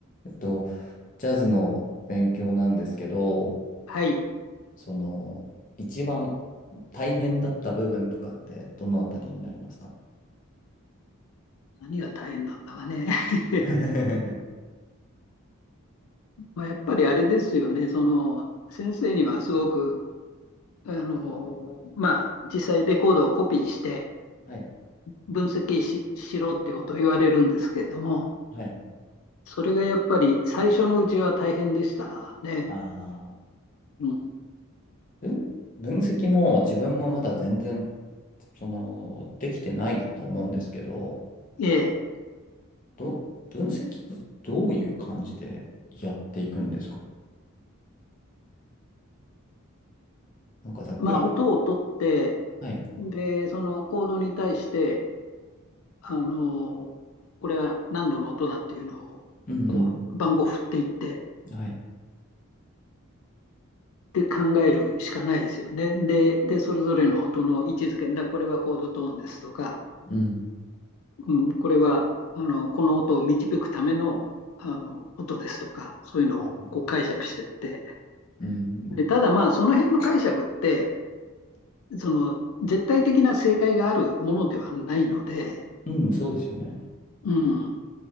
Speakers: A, on the left (about 35°); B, on the left (about 75°).
A: えっと、ジャズの勉強なんですけど、
B: はい。
A: その、一番大変だった部分とかってどのあたりになりますか
B: 何が大変だったかね。<laughs>
A: <laughs> は
B: まあ、やっぱりあれですよね。その、先生にはすごく、あの、まあ、実際レコードをコピーして
A: い、
B: 分析し、しろってことを言われるんですけれども、
A: はい。
B: それがやっぱり最初のうちは大変でしたね。
A: あ
B: うん。
A: ー、分、分析も自分もまだ全然、その、できてないと思うんですけど、
B: ええ。
A: ど、分析ってどういう感じでやっていくんですかなんかざっくり。
B: まあ、音を取って、
A: はい。
B: で、そのコードに対して、あの、これは何度の音だっていうのを、
A: うんう
B: こう、番号振っていって、
A: ん。はい。
B: で考えるしかないですよね。で、で、それぞれの音の位置づけ、だこれはコードトーンですとか、
A: うん。
B: うん、これはあのこの音を導くためのあの音ですとか、そういうのをこう解釈してって、
A: あーうん
B: でただまあ、その辺の解釈って、その絶対的な正解があるものではないので、
A: うん。うん、そうですよね。
B: うん、